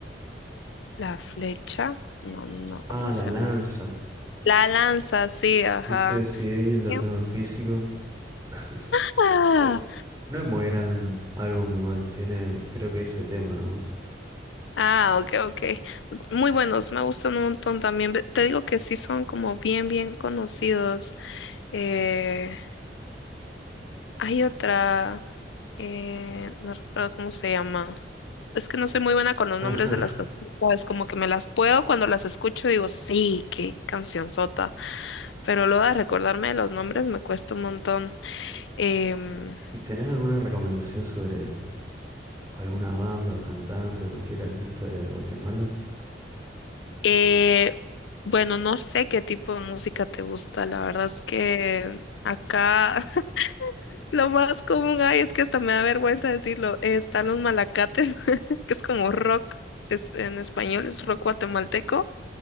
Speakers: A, on the left (about 85°); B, on the right (about 20°).
A: La Flecha. No, no,
B: Ah,
A: ¿cómo
B: La
A: se
B: Lanza.
A: llama? La lanza, sí, ajá.
B: Ese CD lo
A: ¡Qué
B: tengo en físico. <laughs>
A: guapa!
B: Eh, no, no es muy gran álbum igual, tiene creo que ese tema nomás.
A: Ah, ok, ok. Muy buenos, me gustan un montón también. Ve- Te digo que sí son como bien, bien conocidos. Eh, hay otra, eh, no recuerdo cómo se llama. Es que no soy muy buena con los
B: <laughs> Ajá.
A: nombres de las canciones, Es Como que me las puedo cuando las escucho, digo, sí, qué canción cancionzota. Pero luego de recordarme los nombres me cuesta un montón. Em,
B: ¿Y tenés alguna recomendación sobre alguna banda o cantante o cualquier artista de Guatemala?
A: Eh, bueno, no sé qué tipo de música te gusta. La verdad es que acá <laughs> lo más común hay es que hasta me da vergüenza decirlo. eh, están los malacates, <laughs> que es como rock, es, en español es rock guatemalteco.